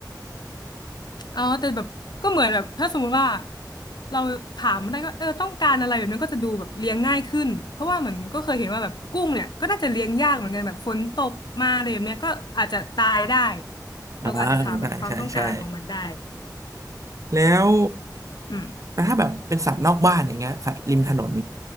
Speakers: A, on the left; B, on the right.
A: อ๋อแต่แบบก็เหมือนแบบถ้าสมมุติว่าเราถามมันได้ก็เออต้องการอะไรแบบนั้นก็จะดูแบบเลี้ยงง่ายขึ้นเพราะว่าเหมือนก็เคยเห็นว่าแบบกุ้งเนี่ยก็น่าจะเลี้ยงยากเหมือนกันแบบฝนตกมาอะไรแบบเนี้ยก็อาจจะตายได้
B: อ่า
A: เราก็อาจจะถามแบบความต้องการของมันได้
B: ใช่ใช่ใช่แล้ว
A: อืม
B: แต่ถ้าแบบเป็นสัตว์นอกบ้านอย่างเงี้ยสัตว์ริมถนน